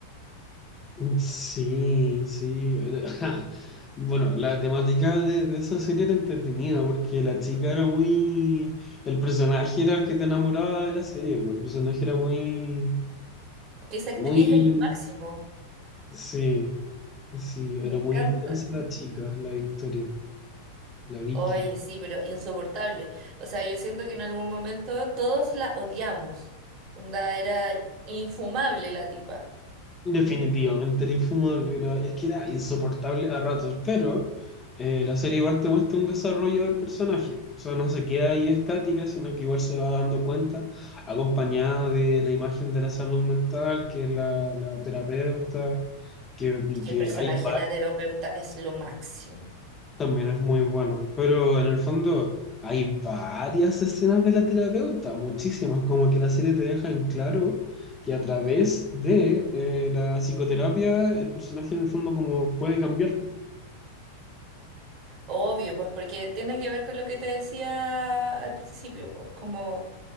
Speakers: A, on the left; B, on the right.
A: Sí, sí. <laughs> Bueno, la temática de, de esa serie era entretenida porque la chica era muy... El personaje era el que te enamoraba de la serie, pues, el personaje era muy...
B: Que esa actriz
A: Muy...
B: es lo máximo.
A: Sí, sí,
B: Me
A: era
B: encanta.
A: muy intensa la chica, la Victoria, la Vicky.
B: Oye, sí, pero insoportable. O sea, yo siento que en algún momento todos la odiamos. Onda, era infumable la tipa.
A: Definitivamente era infumable, era, es que era insoportable a ratos, pero eh, la serie igual te muestra un desarrollo del personaje, o sea, no se queda ahí estática, sino que igual se va dando cuenta, acompañada de la imagen de la salud mental, que es la, la terapeuta, que,
B: Es que
A: que
B: el personaje
A: hay
B: de la terapeuta es lo máximo.
A: también es muy bueno, pero en el fondo hay varias escenas de la terapeuta, muchísimas, como que la serie te deja en claro que a través de eh, la psicoterapia el personaje en el fondo como puede cambiar.
B: Obvio, pues porque tiene que ver con lo que te decía al principio, pues como,